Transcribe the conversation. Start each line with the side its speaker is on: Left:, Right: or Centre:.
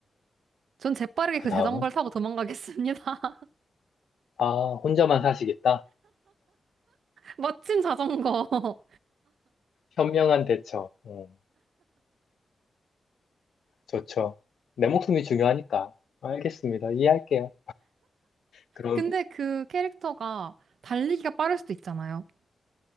Right: 전 재빠르게
Left: 그
Right: 그
Left: 다음은,
Right: 자전거를 타고 도망가겠습니다. <laughs>
Left: 아, 혼자만 사시겠다?
Right: 멋진 자전거. <laughs>
Left: 현명한 대처. 어, 좋죠. 내 목숨이 중요하니까. 알겠습니다. 이해할게요. 그럼
Right: 근데 그 캐릭터가 달리기가 빠를 수도 있잖아요.